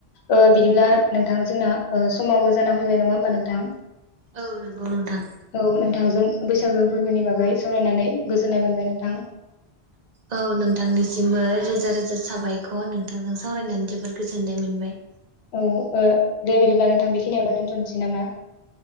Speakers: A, on the left (about 80°); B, on the right (about 50°).
A: ओ बिदिब्ला नोंथां जोंना ओ समाबो जा फैबाय नङा होमबा नोंथां
B: औ नंगौ नोंथां
A: औ नोंथांजों बैसागो फोरबोनि बागै बै सावरायनानै गोजोननाय मोनबाय नोंथां
B: औ नोंथांनिसिमबो रोजा रोजा साबायखर नोंथांजों सावरायनानै जबोर गोजोननाय मोनबाय
A: औ ओ दे बिदिब्ला नोंथां बेखिनियानो दोनथ' सैनामा